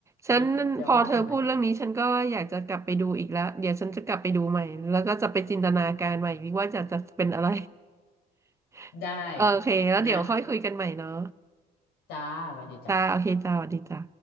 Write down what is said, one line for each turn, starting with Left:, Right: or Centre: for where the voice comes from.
Right: ฉันพอเธอพูดเรื่องนี้ฉันก็อยากจะกลับไปดูอีกแล้วเดี๋ยวฉันจะกลับไปดูใหม่แล้วก็จะไปจินตนาการใหม่อีกว่าจะจะเป็นอะไร
Left: เนาะเดี๋ยวว่ากันใหม่
Right: <laughs>
Left: ได้
Right: โอเคแล้วเดี๋ยวค่อยคุยกันใหม่เนาะ
Left: นะจ้าสวัสดีจ้า
Right: จ้าโอเคจ้าสวัสดีจ้า